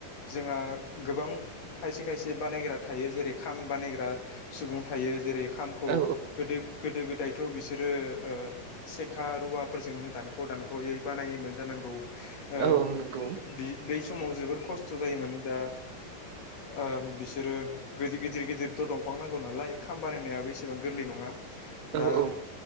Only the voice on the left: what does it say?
जोंहा गोबां खायसे खायसे बानायग्रा थायो जेरै खाम बानायग्रा सुबुं थायो जेरै खामखौ
गोदो गोदो गोदायथ' बिसोरो ओ सेखा रुवाफोरजोंनो दानख' दानख'यै बानायोमोन जानांगौ। ओ
बि बै समाव जोबोर खस्थ' जायोमोन दा आ बिसोरो गिदिर गिदिरथ' दं फां नांगौ नालाय खाम बानायनायाो एसेबां गोरलै नङा।
दा